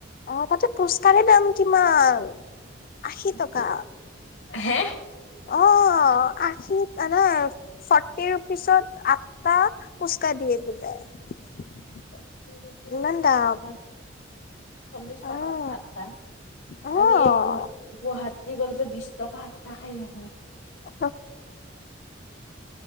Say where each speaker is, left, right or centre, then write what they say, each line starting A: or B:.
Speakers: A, on the left (about 50°); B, on the left (about 70°).
A: অ তাতে পোচকাৰে দাম কিমান আশী টকা
B: প- হে
A: অ আশী আনা ফৰ্টি ৰুপিচত আঠটা ফুচকা দিয়ে <unintelligible>
B: তিৰিপিক
A: ইমান দাম
B: আ চল্লিশ
A: অ',
B: টকাত আটা
A: অ',
B: আমি এই গ গুৱাহাটী গলে যে বিশ টকা আতা খাই আহো।
A: আ